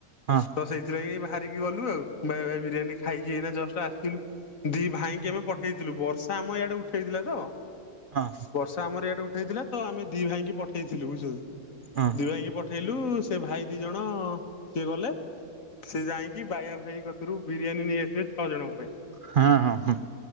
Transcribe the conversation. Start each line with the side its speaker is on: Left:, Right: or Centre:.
Right: ହଁ
Left: ତ ସେଇଥିଲାଗି ବାହାରିକି ଗଲୁ ଆଉ ବିରିୟାନୀ ଖାଇକି ଏଇ ଜଷ୍ଟ ଆସିଲୁ ଦି ଭାଇଙ୍କୁ ଆମେ ପଠେଇଥିଲୁ ବର୍ଷ ତ ଆମ ଇଆଡେ ଉଠେଇଥିଲା ତ
Right: ହଁ।
Left: ବର୍ଷା ଆମର ଇଡେ ଉଠେଇଥିଲା ତ ଆମେ ଦି ଭାଇଙ୍କି ପଠେଇଥିଲୁ ବୁଝୁଛ
Right: ହଁ
Left: ଦି ଭାଇ ପ ପଠେଇଲୁ ସେ ଭାଇ ଦି ଜଣ ସିଏ ଗଲେ ସେ ଯାଇକି ବାୟା ଭାଇ କତିରୁ ବିରିୟାନୀ ନେଇ ଆସିଲେ ଛଅ ଜଣଙ୍କ ପାଇଁ।
Right: ହଁ ହଁ ହଁ।